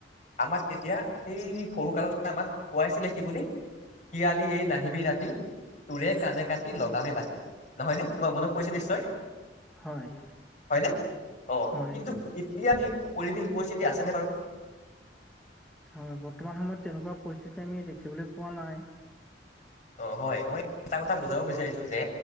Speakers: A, on the left (about 45°); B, in the centre.
A: আমাক তেতিয়া সেই সৰু কালতে আমাক সোৱাইছিলে কি বুলি শিয়ালি এ নাহিবি ৰাতি তোৰে কানে লগামে বাতি নহয় নে তোমাৰ মনত পৰিছে নিশ্চয়
B: হয়,
A: হয়নে অ
B: হয়,
A: কিন্তু এতিয়া সেই পৰিৱেশ পৰিস্থিতি আছেনে বাৰু
B: হয় বৰ্তমান সময়ত তেনেকুৱা পৰিস্থিতি আমি দেখিবলে পোৱা নাই
A: অ হয় মই এটা কথা বুজাব বিচাৰিছো যে